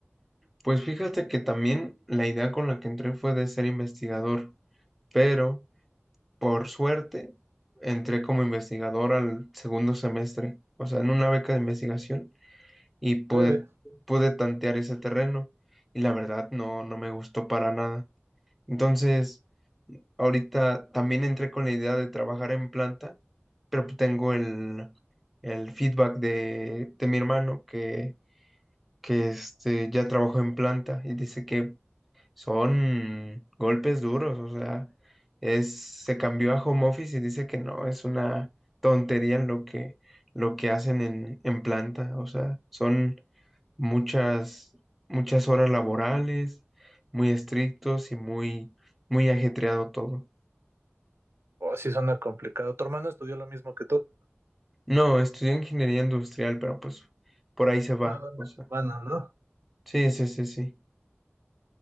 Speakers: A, in the centre; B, on the right (about 65°).
A: Pues fíjate que también la idea con la que entré fue de ser investigador, pero Por suerte, entré como investigador al segundo semestre, o sea, en una beca de investigación y pude,
B: Órale.
A: pude tantear ese terreno y la verdad no, no me gustó para nada. Entonces, ahorita también entré con la idea de trabajar en planta, pero pues tengo el, el feedback de, de mi hermano que, que este, ya trabajó en planta y dice que son golpes duros, o sea, es, se cambió a home office y dice que no, es una tontería lo que, lo que hacen en, en planta, o sea, son muchas, muchas horas laborales, muy estrictos y muy, muy ajetreado todo.
B: Oh, sí suena complicado. Tu hermano estudió lo mismo que tú.
A: No, estudié ingeniería industrial, pero pues por ahí se va,
B: Ah, bueno,
A: o sea,
B: bueno, ¿no?
A: sí, sí, sí, sí.